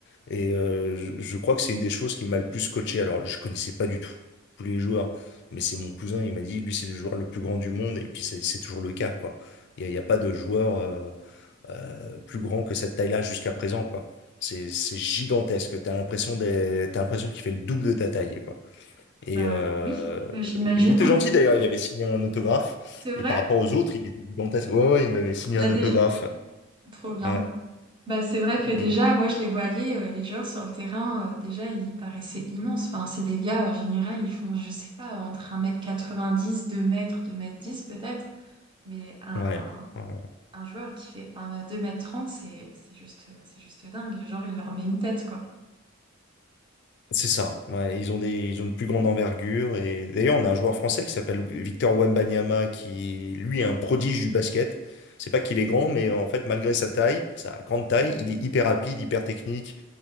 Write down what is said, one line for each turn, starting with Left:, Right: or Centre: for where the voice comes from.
Left: et euh, je, je crois que c'est une des choses qui m'a le plus coaché. Alors, je connaissais pas du tout tous les joueurs, mais c'est mon cousin, il m'a dit, lui, c'est le joueur le plus grand du monde et puis c'est c'est toujours le cas, quoi. Il n'y a, il y a pas de joueur euh, euh, plus grand que cette taille-là jusqu'à présent, quoi. C'est c'est gigantesque. T'as l'impression d'être- t'as l'impression qu'il fait le double de ta taille, quoi. Et
Right: Bah
Left: euh,
Right: oui, j'imagine.
Left: il était gentil d'ailleurs, il avait signé un autographe.
Right: C'est vrai?
Left: Et par rapport aux autres, il était gigantesque. Ouais, ouais, il m'avait signé
Right: Bah
Left: un
Right: déjà,
Left: autographe.
Right: trop bien.
Left: Ouais.
Right: Bah c'est vrai que
Left: Mm.
Right: déjà, moi je les voyais, euh, les joueurs sur le terrain, euh, déjà ils paraissaient immenses. Enfin, c'est des gars, en général, ils font, je sais pas, entre un mètre quatre-vingt-dix, deux mètres, deux mètres dix peut-être. Mais un,
Left: Ouais, ouais.
Right: Un joueur qui fait un deux mètres trente, c'est c'est juste, c'est juste dingue. Genre, il leur met une tête, quoi.
Left: c'est ça. Ouais, ils ont des, ils ont une plus grande envergure. Et d'ailleurs, on a un joueur français qui s'appelle Victor Wembanyama, qui lui est un prodige du basket. C'est pas qu'il est grand, mais en fait, malgré sa taille, sa grande taille, il est hyper rapide, hyper technique.